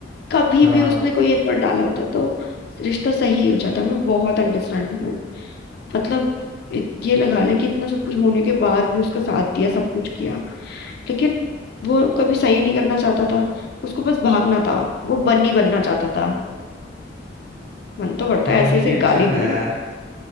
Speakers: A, on the left (about 60°); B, on the right (about 35°).
A: कभी
B: हाँ
A: भी उसने कोई एफर्ट डाला होता तो रिश्ता सही हो जाता मैं बहुत अंडरस्टैंडिंग हूँ मतलब इत- ये लगा ले कि इतना सब कुछ होने के बाद भी उसका साथ दिया सब कुछ किया लेकिन वो कभी सही नहीं करना चाहता था उसको बस भागना था वो बन्नी बनना चाहता था मन तो करता है
B: बनी
A: ऐसे ऐसे
B: भी अच्छा
A: गाली
B: था यार
A: दूं